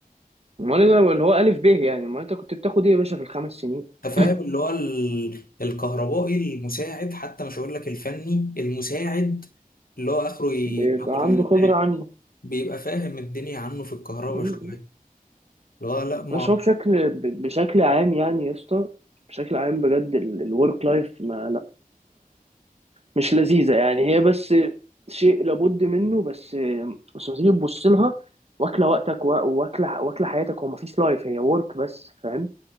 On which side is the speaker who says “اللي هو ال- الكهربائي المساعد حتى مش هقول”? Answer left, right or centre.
Left